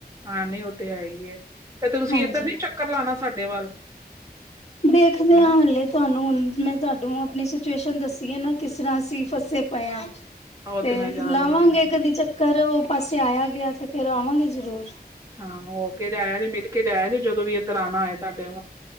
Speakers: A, on the right (about 20°); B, on the left (about 40°).
A: ਹਾਂ ਨਹੀਂ ਉਹ ਤੇ ਹੈ ਹੀ ਤੇ ਤੁਸੀਂ
B: ਹਾਂਜੀ
A: ਇਏਧਰ ਨੀ ਚੱਕਰ ਲਾਉਣਾ ਸਾਡੇ ਵੱਲ
B: ਦੇਖਦੇ
A: ਹੈਂ
B: ਹਾਂ ਹਾਲਲੇ ਤੁਹਾਨੂੰ ਮੈਂ ਤੁਹਾਨੂੰ ਆਪਣੀ ਸਿਚੁਏਸ਼ਨ ਦਸੀਏ ਨਾ ਕਿਸ ਤਰ੍ਹਾਂ ਅਸੀ ਫਸੇ ਪਏ ਆ
A: ਉਹ
B: ਤੇ
A: ਮੈਂ ਜਾਣਦੀ
B: ਲਾਵਾਂਗੇ
A: ਹਾਂ
B: ਕਦੀ ਚੱਕ ਘ ਉਹ ਪਾਸੇ ਆਇਆ ਗਿਆ ਤੇ ਫੇਿਰ ਆਵਾਂਗੇ ਜ਼ਰੂਰ
A: ਹਾਂ ਹੋ ਕੇ ਤੇ ਆਇਆ ਨੇ ਮਿਲ ਕੇ ਜੇ ਜਦੋਂ ਵੀ ਇੱਧਰ ਆਉਣਾ ਹੋਏ ਤੁਹਾਡੇ